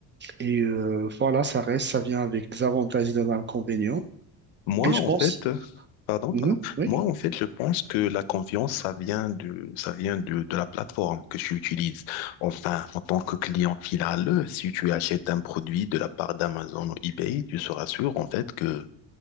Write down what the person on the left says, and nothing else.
Moi,
en
fait, euh, pardon,
pardon.
Moi, en fait, je pense que la confiance, ça vient de, ça vient de, de la plateforme que tu utilises. Enfin, en tant que client final, si tu achètes un produit de la part d'Amazon ou eBay, tu seras sûr, en fait, que